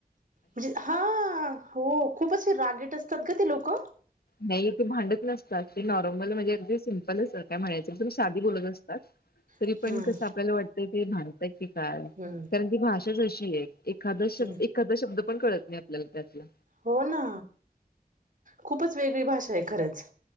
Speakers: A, on the right; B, on the left.
A: म्हणजे हा हो खूप असे रागेट असतात ग ते लोक
B: नाही ते भांडत नसतात ते नॉर्मल म्हणजे अगदी सिप काय म्हणायचं साधी बोलत असतात तरी
A: हम्म
B: पण कसं आपल्याला वाटतं ते ती काय
A: हम्म
B: कारण ती भाषाच अशी आहे एखादा शब्द
A: हम्म
B: एखादा शब्द पण कळत नाही आपल्याला त्यातला
A: हो ना खूपच वेगळी भाषा आहे खरंच